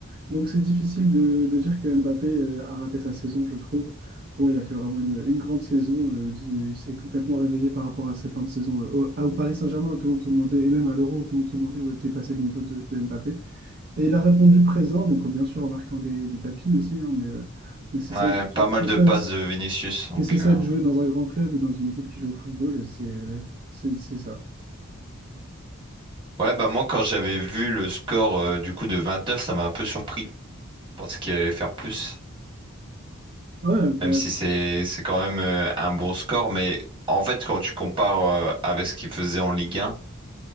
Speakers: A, on the right (about 40°); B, on the right (about 25°).
A: Donc c'est difficile de, de dire que Mbappé euh, a raté sa saison, je trouve. Pour moi, il a fait vraiment une, une grande saison. euh, digne- il s'est complètement réveillé par rapport à cette fin de saison. euh, au, à- au Paris Saint-Germain, où tout le monde se demandait, et même à l'Euro, où tout le monde se demandait où était passé le niveau de, de Mbappé. Et il a répondu présent, donc euh, bien sûr en marquant des, des tapines aussi, hein, mais, euh, mais c'est
B: Ouais,
A: ça aussi, de jouer-
B: pas mal
A: c'est
B: de
A: ça
B: passes
A: aussi.
B: de Vinicius. Donc
A: Mais c'est ça
B: euh.
A: de jouer dans un grand club et dans une équipe qui joue au football, c'est euh, c'est c'est ça.
B: ouais, bah moi quand j'avais vu le score euh, du coup de 29, ça m'a un peu surpris. Je pensais qu'il allait faire plus.
A: Ouais, bah,
B: Même si c'est c'est quand même euh, un bon score, mais en fait, quand tu compares euh, avec ce qu'il faisait en Ligue 1,